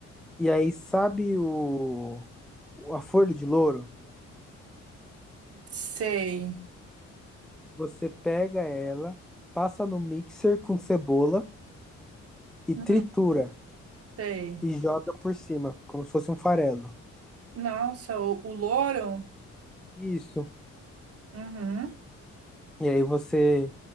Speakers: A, in the centre; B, on the right.
A: E aí, sabe o a folha de louro?
B: Sei.
A: Você pega ela, passa no mixer com cebola e
B: Hum,
A: tritura
B: sei.
A: e joga por cima, como se fosse um farelo.
B: Nossa, o, o louro?
A: Isso.
B: Uhum,
A: E aí você